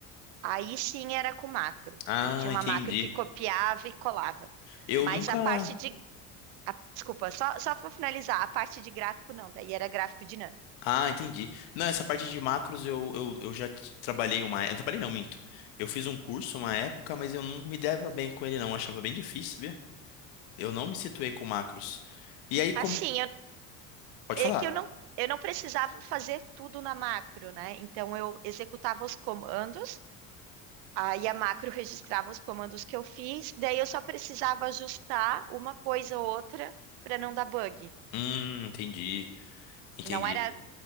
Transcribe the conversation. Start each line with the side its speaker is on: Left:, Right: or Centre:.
Right: aí sim era com macro.
Left: Ah,
Right: Aí eu tinha uma
Left: entendi.
Right: macro que copiava e colava.
Left: Eu
Right: Mas
Left: nunca.
Right: a parte de a- desculpa, só só para finalizar, a parte de gráfico não, daí era gráfico dinâmico.
Left: Ah, entendi. Não, essa parte de macros eu, eu, eu já t- trabalhei uma. Eu não trabalhei não, minto. Eu fiz um curso uma época, mas eu não me dava bem com ele, não. Eu achava bem difícil, sabia? Eu não me situei com macros. E aí, como.
Right: Assim, eu
Left: Pode
Right: é
Left: falar.
Right: que eu não, eu não precisava fazer tudo na macro, né? Então eu executava os comandos, aí a macro registrava os comandos que eu fiz, daí eu só precisava ajustar uma coisa ou outra para não dar bug.
Left: Hum, entendi. Entendi.
Right: Não era